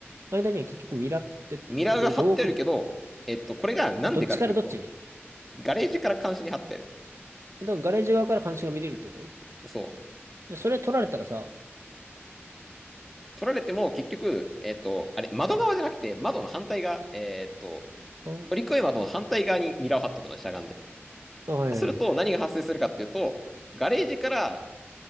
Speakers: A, on the right (about 80°); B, in the centre.
A: 間には結局ミラーってど、
B: う。ミラーが貼ってあるけど、
A: どう置くんだっけ
B: えっと、これがなんでかっていうと、
A: どっちからどっちに
B: ガレージから監視に貼ってる。
A: だからガレージ側から監視が見れるってこと
B: そう。
A: で、それ取られたらさ、
B: 取られても結局、えっと、あれ、窓側じゃなくて、窓の反対側、えっと、
A: あ、
B: 乗り越え窓の反対側にミラーを貼っとくの、しゃがんで。
A: あはいはいはい、
B: そうすると、何が発生するかっていうと、ガレージから